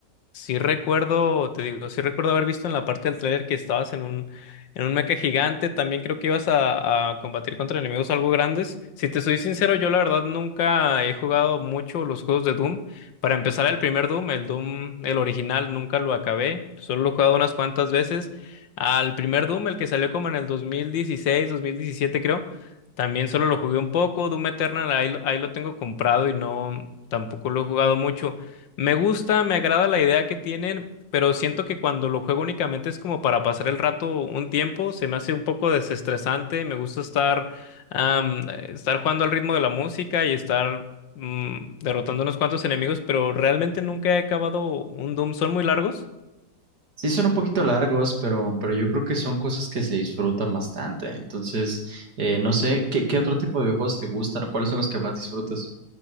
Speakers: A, on the left (about 75°); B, on the right (about 55°).
A: Sí recuerdo, te digo, sí recuerdo haber visto en la parte del trailer que estabas en un, en un mecha gigante. También creo que ibas a, a combatir contra enemigos algo grandes. Si te soy sincero, yo la verdad nunca he jugado mucho los juegos de Doom. Para empezar, el primer Doom, el Doom, el original, nunca lo acabé. Solo lo he jugado unas cuantas veces. Al primer Doom, el que salió como en el 2016, 2017 creo, también solo lo jugué un poco. Doom Eternal, ahí, lo- ahí lo tengo comprado y no, tampoco lo he jugado mucho. Me gusta, me agrada la idea que tienen, pero siento que cuando lo juego únicamente es como para pasar el rato un tiempo, se me hace un poco desestresante, me gusta estar, am, eh, estar jugando al ritmo de la música y estar mm, derrotando unos cuantos enemigos, pero realmente nunca he acabado un Doom, ¿son muy largos?
B: Sí, son un poquito largos, pero, pero yo creo que son cosas que se disfrutan bastante. Entonces, eh, no sé, ¿qué, qué otro tipo de videojuegos te gustan o cuáles son los que más disfrutas?